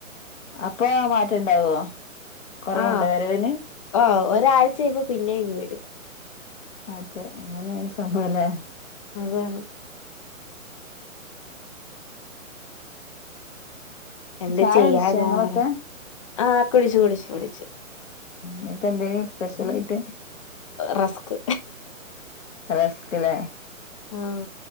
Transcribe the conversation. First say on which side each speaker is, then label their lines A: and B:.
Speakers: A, on the left (about 60°); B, on the left (about 25°).
A: അപ്പൊ മാറ്റമുണ്ടാവുവോ കൊറവുണ്ട്
B: ആഹ്
A: വരവിന്
B: ആഹ് ഒരാഴ്ച കഴിയുമ്പ പിന്നെ ഇങ്ങ്‌വരും
A: അതെ അങ്ങനെയാണ് സംഭവല്ലേ
B: അതാണ് എന്ത്
A: ചായ
B: ചെയ്യാനാപറ
A: കുടിച്ചോ ഇങ്ങളൊക്കെ
B: ആഹ് കുടിച്ചു കുടിച്ചു കുടിച്ചു
A: നിനക്കെന്തേനി സ്പെഷ്യൽ ആയിട്ട്
B: റസ്ക്
A: റസ്ക് ഇലെ
B: ആഹ